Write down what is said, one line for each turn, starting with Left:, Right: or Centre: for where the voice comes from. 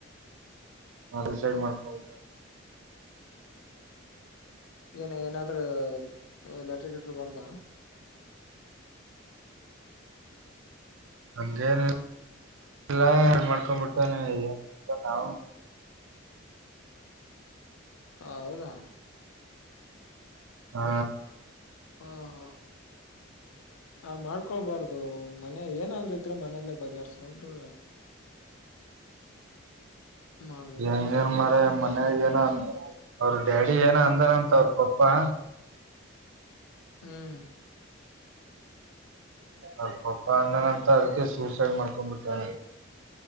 Right: ಹಾ ರಡಿಸೈಡ್ ಮಾಡ್ಕಬಊಟ
Left: ಏನ ಏನಾದ್ರೂ ಲೆಟ್ರಿಕ್ಟರ್ ಬಾರದ
Right: ಅಂಗೇನೆ ಎಲ್ಲ ಹ ಮಾಡ್ಕೊಂಡ್ಬಿಟ್ಟಾನ ನಾ
Left: ಹಾ ಹೌದಾ
Right: ಹಾ
Left: ಹಾ ಹಾ ಆ ಮಾಡ್ಕೊಳ್ಬಾರ್ದು ಮನೆ ಏನಾದ್ರರು ಇದ್ರೆ ಮನೆಯಲ್ಲೇ ಬಗೆಹರ್ಸ್ಕೊಂಡ್ರ ಮಾಡ್ಬೇಕು
Right: ಎಂಗನ್ ಮರಮ್ಮ ಮ ಏನ ಅವ್ರ ಡ್ಯಾಡಿ ಏನೋ ಅಂದನಂತ ಅವ್ರ ಪಪ್ಪಾ
Left: ಹ್ಮ್
Right: ಅವ್ರ ಪಪ್ಪ ಅಂದನಂತ ಅದಕ್ಕೆ ಸೂಸೈಡ್ ಮಾಡ್ಕೊಂಡ್ ಬಿಟ್ಟಾನ